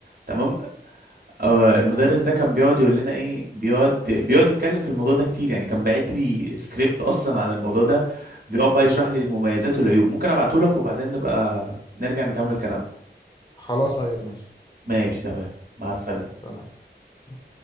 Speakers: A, on the right (about 55°); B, on the left (about 25°).
A: تمام آه المدرس
B: تمام
A: ده كان بيقعد يقول لنا ايه بيقعد بيقعد يتكلم في الموضوع ده كتير يعني كان باعت لي سكريبت اصلا عن الموضوع ده بيقعد بقى يشرح لي المميزات والعيوب ممكن ابعته لك وبعدين نبقى نرجع نكمل كلامنا
B: خلاص طيب ماشي
A: ماشي تمام مع السلامه
B: تمام